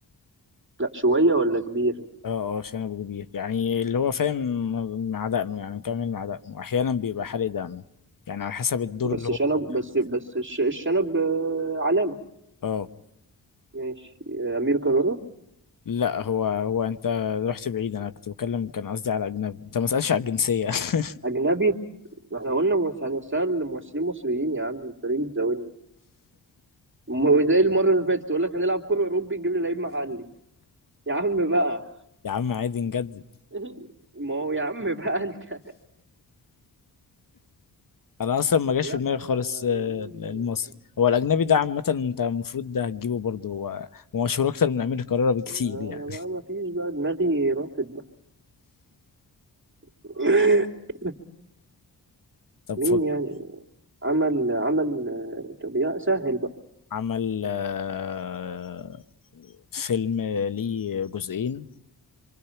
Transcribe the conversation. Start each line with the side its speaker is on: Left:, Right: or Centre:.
Right: لا شوية ولا كبير
Left: اه اه شنب كبير يعني اللي هو فاهم مع دقنه يعني كامل مع دقنه احيانا بيبقى حالق دقنه يعني على حسب الدور
Right: بس
Left: اللي هو
Right: شنب
Left: بيأديه.
Right: بس بس الش- الشنب آه، علامة
Left: اه
Right: ماشي آه، أمير كرارة
Left: لا هو هو انت رحت بعيد انا كنت بتكلم كان قصدي على اجنبي انت ما سألش على الجنسية <laughs>
Right: أجنبي ما احنا قلنا مس- هنسأل ممثلين مصريين يا عم أنت ليه بتزاولني م- زي المرة اللي فاتت تقول لك هنلعب كورة أوروبي نجيب لي لعيب محلي يا عم بقى
Left: يا عم عادي نجدد
Right: <laughs> ما هو يا عم بقى أنت
Left: انا اصلا ما جاش
Right: لا
Left: في دماغي
Right: آه،
Left: خالص آه،
Right: أجنبي
Left: المصري هو الاجنبي ده عامة انت المفروض ده هتجيبه برضه هو هو مشهور اكتر من امير كرارة بكتير
Right: أنا
Left: يعني
Right: بقى ما فيش بقى دماغي راحت بقى <coughs>
Left: طب
Right: مين
Left: فكر
Right: يعني عمل عمل آه، طب يا سهل بقى
Left: عمل آه، فيلم ليه جزئين